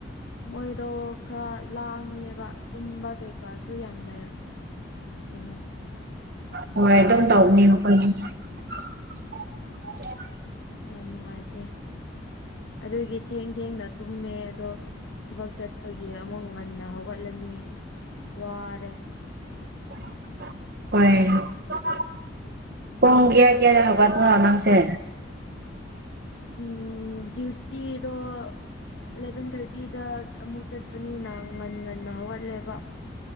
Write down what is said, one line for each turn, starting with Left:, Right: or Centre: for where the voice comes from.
Left: ꯃꯣꯏꯗꯣ ꯈꯔ ꯂꯥꯡꯉꯦꯕ ꯇꯨꯝꯕ ꯀꯩꯀꯥꯁꯨ ꯌꯥꯝꯅ ꯀꯩꯅꯣ
Right: ꯍꯣꯏ
Left: ꯗꯤꯁꯇꯔꯕ
Right: ꯑꯗꯨꯝ ꯇꯧꯕꯅꯤ
Left: ꯑꯣꯏꯌꯦꯕ
Right: ꯃꯈꯣꯏꯒꯤ꯫ <unintelligible>
Left: ꯌꯥꯝ ꯅꯨꯡꯉꯥꯏꯇꯦ꯫ ꯑꯗꯨꯒꯤ ꯊꯦꯡ ꯊꯦꯡꯅ ꯇꯨꯝꯃꯦ ꯑꯗꯣ ꯊꯕꯛ ꯆꯠꯄꯒꯤ ꯑꯃꯨꯛ ꯉꯟꯅ ꯍꯧꯒꯠꯂꯅꯤ꯫ ꯋꯥꯔꯦ
Right: <unintelligible> ꯄꯨꯡ ꯀꯌꯥ ꯀꯌꯥ ꯍꯧꯒꯠꯅꯣ ꯅꯪꯁꯦ
Left: ꯎꯝ <unintelligible> ꯇꯤꯗꯣ ꯑꯦꯂꯚꯦꯟ ꯊꯥꯔꯇꯤꯗ ꯑꯃꯨꯛ ꯆꯠꯄꯅꯤꯅꯪ ꯉꯟ ꯉꯟꯅ ꯍꯧꯒꯠꯂꯦꯕ꯫